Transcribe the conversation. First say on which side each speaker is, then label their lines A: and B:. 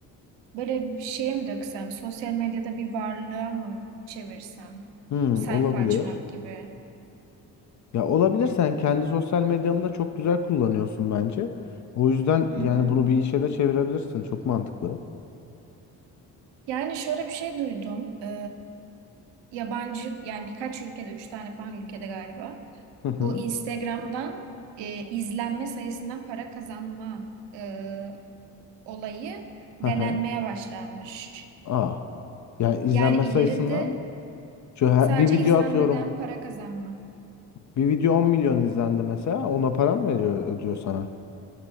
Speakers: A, on the right (about 60°); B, on the left (about 40°).
A: böyle bir şeye mi döksem, sosyal medyada bir varlığa mı çevirsem,
B: Hmm,
A: sayfa
B: olabilir.
A: açmak gibi.
B: Ya olabilir. Sen kendi sosyal medyanı da çok güzel kullanıyorsun bence. O yüzden
A: Hı
B: yani
A: hı.
B: bunu bir işe de çevirebilirsin. Çok mantıklı.
A: Yani şöyle bir şey duydum. E, yabancı yani birkaç ülkede, üç tane falan ülkede galiba.
B: Hı hı.
A: Bu Instagram'dan e, izlenme sayısından para kazanma e, olayı
B: Hı
A: denenmeye
B: hı.
A: başlanmış.
B: Aa. Yani izlenme
A: Yani ileride
B: sayısından şu her-
A: Sadece
B: bir video
A: izlenmeden
B: atıyorum.
A: para kazanma.
B: Bir video 10 milyon izlendi mesela. Ona para mı veriyor ödüyor sana?